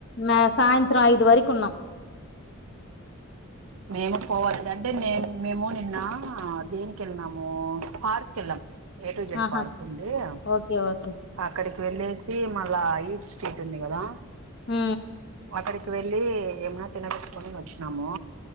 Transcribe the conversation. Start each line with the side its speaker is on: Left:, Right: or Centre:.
Left: మ సాయంత్రం ఐదు వరకు ఉన్నాం
Right: మేము పోవాలి అంటే నేను మేము నిన్న దేనికి వెళ్నాము పార్క్కి వెళ్ళాం ఏ టు జెడ్
Left: ఆహా
Right: పార్క్ ఉంటే ఈడ,
Left: ఓకే ఓకే
Right: అక్కడికి వెళ్ళేసి మళ్ళా న్నీదా
Left: ఊ
Right: అక్కడికి వెళ్ళి ఏమైనా తినబెట్టుకొని వచ్చు వచ్చాము